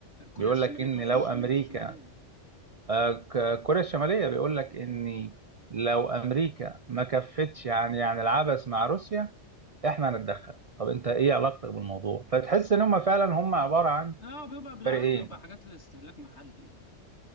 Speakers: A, on the left; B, on the right.
A: كوريا
B: بيقول
A: الشماليه
B: لك ان
A: تقصد
B: لو
A: مش
B: امريكا
A: امريكا الشماليه
B: آه، ك- كوريا الشمالية بيقول لك ان لو امريكا ما كفتش يعني يعني العبث مع روسيا احنا هنتدخل طب انت ايه علاقتك بالموضوع فتحس ان هم فعلا هم عبارة عن
A: اه بيبقى بيبقى-
B: فريقين
A: اعتقد بيبقى حاجات لاستهلاك محلي يعني